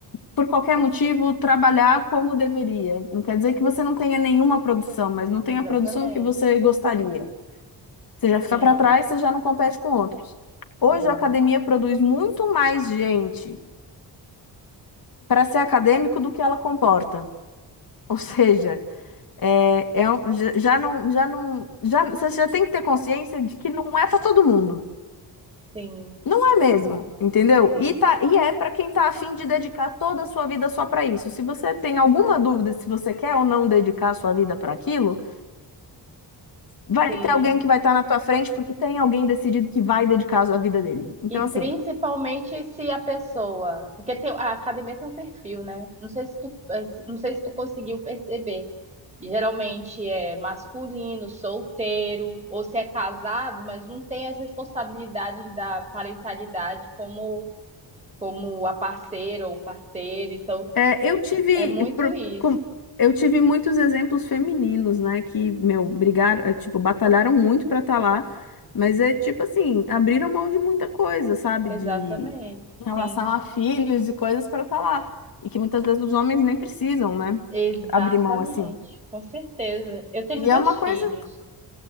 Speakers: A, on the left; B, on the right.
A: por qualquer motivo, trabalhar como deveria. Não quer dizer que você não tenha nenhuma produção, mas não tem
B: Exatamente.
A: a produção que você gostaria. Você já fica
B: Sim,
A: para trás, você já não compete com outros. Hoje
B: sim,
A: a academia produz muito mais gente para ser acadêmico do que ela comporta. Ou seja, é, é um- já já não, já não, já, você já tem que ter consciência de que não é para todo mundo.
B: sim,
A: Não é mesmo, entendeu?
B: sim,
A: E, tá, e é para quem tá afim de dedicar toda a sua vida só para isso. Se você tem alguma dúvida se você quer ou não dedicar a sua vida para aquilo, vai
B: sim.
A: ter alguém que vai estar na tua frente porque tem alguém decidido que vai dedicar a sua vida dele. Então,
B: E principalmente
A: assim,
B: se a pessoa, porque tem- a academia tem um perfil, né? Não sei se tu, eh, se- não sei se tu conseguiu perceber. Geralmente é masculino, solteiro, ou se é casado, mas não tem as responsabilidades da parentalidade como como a parceira ou parceiro. Então,
A: É, eu tive,
B: é muito
A: pro-
B: isso.
A: com- eu tive muitos exemplos femininos, né, que, meu, brigaram, é, tipo, batalharam muito pra estar lá, mas é tipo assim, abriram mão de muita coisa, sabe,
B: Exatamente.
A: de em relação
B: Sim.
A: a filhos e coisas pra estar lá, e que muitas vezes os homens nem precisam, né,
B: Exatamente,
A: abrir mão assim.
B: com certeza. Eu tenho
A: E
B: dois
A: é uma
B: filhos.
A: coisa,